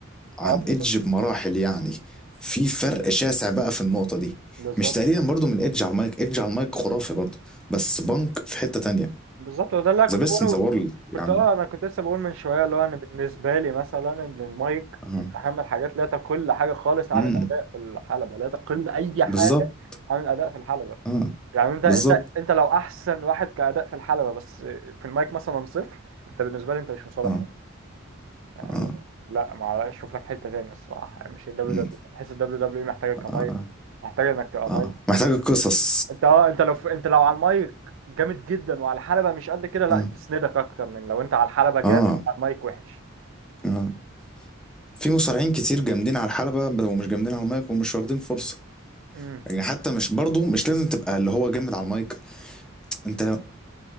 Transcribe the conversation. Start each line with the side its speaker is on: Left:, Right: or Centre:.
Right: اه
Centre: عن
Right: بالظبط
Centre: إدج بمراحل يعني في فرق شاسع بقى في النقطة دي
Right: بالظبط
Centre: مش تقريبا برضو من إدج على المايك إدج على المايك خرافي برضو بس بانك في حتة تانية
Right: بالظبط ده اللي أنا كنت
Centre: ذا بيست
Right: بقوله
Centre: إن ذا وورلد
Right: كنت
Centre: يا عم
Right: اه انا كنت لسه بقول من شويه اللي هو انا بالنسبه لي مثلا ان المايك
Centre: مم.
Right: من اهم الحاجات لا تقل حاجه خالص عن
Centre: امم
Right: الاداء في الحلبه لا تقل اي حاجه
Centre: بالظبط
Right: عن الاداء في الحلبه
Centre: اه
Right: يعني انت انت
Centre: بالظبط
Right: انت لو احسن واحد كاداء في الحلبه بس في المايك مثلا صفر انت بالنسبه لي انت مش مصالح
Centre: اه
Right: حلو. يعني
Centre: اه
Right: لا ما شوف لك حته تاني الصراحه يعني مش الدبليو
Centre: مم.
Right: دبليو بحس الدبليو دبليو محتاجه كمايك
Centre: اه
Right: محتاجه انك تبقى
Centre: اه
Right: مايك
Centre: محتاجة قصص
Right: انت اه انت لو في... انت لو على المايك جامد جدا وعلى الحلبة مش قد كده لا
Centre: اه
Right: تسندك اكتر من لو انت على الحلبة جامد
Centre: اه
Right: على المايك وحش
Centre: اه في مصارعين كتير جامدين على الحلبة ب- ومش جامدين على المايك ومش واخدين فرصة
Right: امم
Centre: يعني حتى مش برضو مش لازم تبقى اللي هو جامد على المايك انت